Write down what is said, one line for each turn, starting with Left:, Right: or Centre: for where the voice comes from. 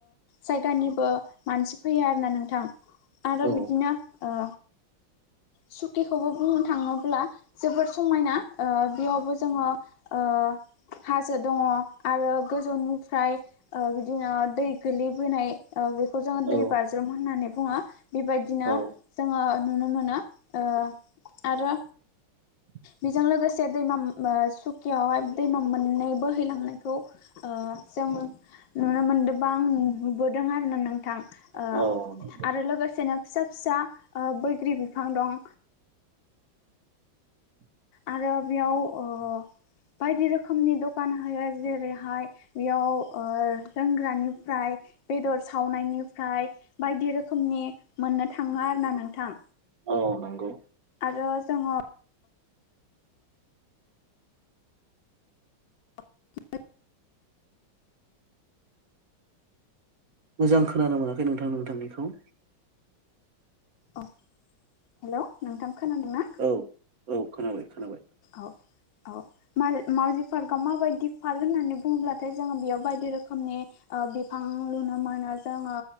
Left: जायगानिबो मानसि फैयो आरोना नोंथां। आरो
Right: औ
Left: बिदिनो ओ सुकिखौबो बुंनो थाङोब्ला जोबोर समायना। ओ बेयावबो जोङो ओ हाजो दङ आरो गोजौनिफ्राय ओ बिदिनो दै गोलैबोनाय ओ बे <unintelligible> जोङो दै
Right: औ
Left: बाज्रुम होननानै बुङो बेबायदिनो
Right: औ
Left: जोङो नुनो मोनो। ओ आरो
Right: <inaudible>
Left: बेजों लोगोसे दैमा <unintelligible> सुकियावहाय दैमा मोननै बोहैलांनायखौ ओ जों नुनो मोनदोंबा आं नुबोदों आरोना नोंथां। ओ
Right: औ नंगौ
Left: आरो लोगोसेनो फिसा -फिसा ओ बैग्रि बिफां दं। आरो बेयाव बायदि रोखोमनि दखान होयो। जेरैहाय बेयाव ओ लोंग्रानिफ्राय बेदर सावनायनिफ्राय बायदि रोखोमनि मोननो थाङो आरो ना नोंथां।
Right: औ नोंगौ।
Left: आरो जोङो <unintelligible>
Right: मोजां खोनानो मोनाखै नोंथां नोंथांनिखौ।
Left: औ हेल' नोंथां खोनादोंना?
Right: औ औ खोनाबाय -खोनाबाय।
Left: औ -औ। <unintelligible> पार्कआव माबायदि पार्क होननानै बुङोब्लाथाय जोङो बेयाव बायदि रोखोमनि ओ बिफां लुनो मोनो जोङो